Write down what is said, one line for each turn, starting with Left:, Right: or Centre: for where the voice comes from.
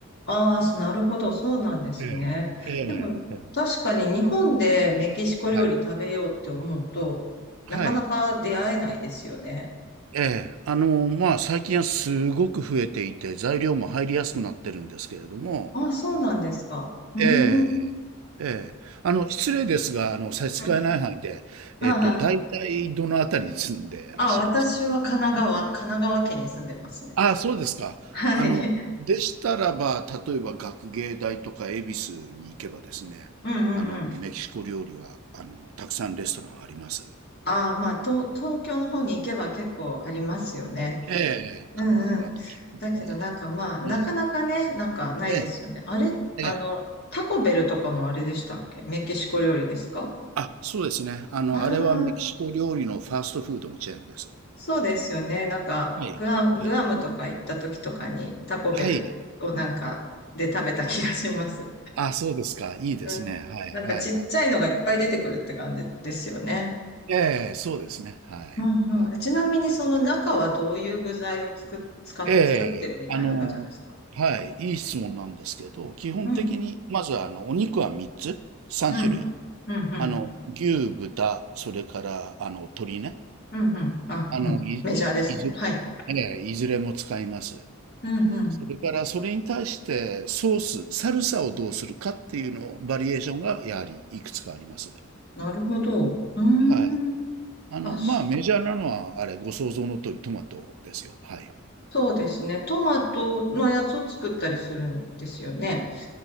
Left: ああ、そなるほど。そうなんですね。
Right: ええ、ええ、
Left: でも、
Right: ええ
Left: 確かに日本でメキシコ料理食べようって思うと、
Right: はい。
Left: なかなか出会えないですよね。
Right: はい。ええ。あの、まあ、最近はすごく増えていて、材料も入りやすくなってるんですけれども、
Left: ああ、そうなんですか。うー
Right: ええ、
Left: ん。
Right: ええ。あの、失礼ですが、あの、差し支えない範囲で、
Left: うん。<laughs> あ
Right: えっと、大体どのあたりに住んでらっしゃるんですか
Left: あ、ああ私は神奈川、神奈川県に住んでますね。
Right: ああ、そうですか。
Left: はい。
Right: あの、
Left: <laughs>
Right: でしたらば、例えば学芸大とか恵比寿に行けばですね、
Left: うんうんうん。
Right: あの、メキシコ料理は、あの、たくさんレストランあります。
Left: ああ、まあ、東、東京の方に行けば結構ありますよね。
Right: ええ、
Left: うんうん。
Right: 神奈川県ね。
Left: だけどなんかまあ、なかなかね、
Right: うん。
Left: なんかないですよね。
Right: え
Left: あれ、
Right: え、
Left: あの、
Right: ええ
Left: タコベルとかもあれでしたっけメキシコ料理ですか
Right: あ、そうですね。あの、
Left: ああ、
Right: あれはメキシコ料理のファーストフードのチェーンです。
Left: そうですよね。なんか、
Right: はい。
Left: グア、グアムとか行った時とかにタコベルをなんかで食べた気がします。
Right: はい。はい。あ、あ、そうですか。いいですね。
Left: うん。
Right: はい。
Left: なんかちっちゃいのがいっぱい出てくるって感じですよね。
Right: はい。はいええ、そうですね。はい。
Left: うんうん、
Right: はい。
Left: ちなみにその中はどういう具材をつく、使っ、
Right: え
Left: 作ってるみたいな感じなんですか
Right: え、あの、はい。いい質問なんですけど、基本的に、
Left: うん、
Right: まず、あの、お肉は3つ、3種類。
Left: うん、うん、うん、うん、
Right: あの、牛、豚、それから、あの、鶏ね。
Left: うん、うんあ、
Right: あの、
Left: うん、
Right: い、
Left: メジャーですね。
Right: いず、
Left: はい。
Right: ええ、いずれも使います。
Left: うん、うん。
Right: それからそれに対してソース、サルサをどうするかっていうのバリエーションがやはりいくつかあります。
Left: なるほど。うーん。
Right: はい。あの、
Left: あ、そ
Right: まあメジャーなのはあれ、ご想像の通りトマトですよ。はい。
Left: そうですね。トマトのやつを作ったりするんですよね。